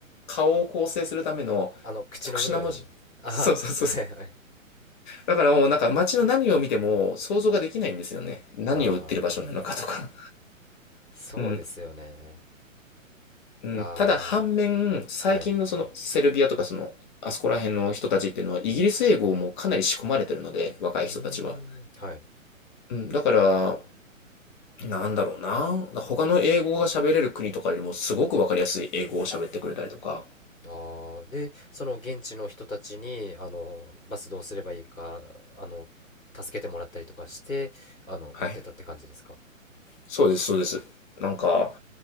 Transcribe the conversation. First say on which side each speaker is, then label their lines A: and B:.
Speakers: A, on the left; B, on the left.
A: 顔を構成するための
B: あの口の部分あーはいはい
A: 特殊な文字。そうそうそうだからもうなんか街の何を見ても想像ができないんですよね。何を売ってる場所なのかとか。
B: あーそうですよね
A: <laughs> うん。うん。
B: あ
A: ただ反面、最近のそのセルビアとかその、
B: ーはい
A: あそこら辺の人たちっていうのはイギリス英語もかなり仕込まれてるので、若い人たちは。
B: うーんはい
A: うん。だから、なんだろうな。他の英語が喋れる国とかよりもすごくわかりやすい英語を喋ってくれたりとか。
B: あーでその現地の人たちにあのバスどうすればいいかあの助けてもらったりとかしてあの乗ってたって感じですか
A: はい。そうです、そうです。なんか、